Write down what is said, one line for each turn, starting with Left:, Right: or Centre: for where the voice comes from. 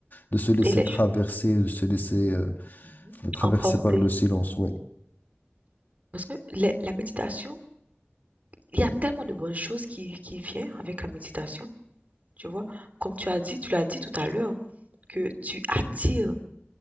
Left: de se laisser
Right: Et les
Left: traverser,
Right: choses
Left: de se laisser euh,
Right: mhm,
Left: traverser
Right: emportées.
Left: par le silence, oui.
Right: Parce que les- la méditation, Il y a tellement de bonnes choses qui qui viennent avec la méditation, tu vois? Comme tu as dit, tu l'as dit tout à l'heure, que tu attires,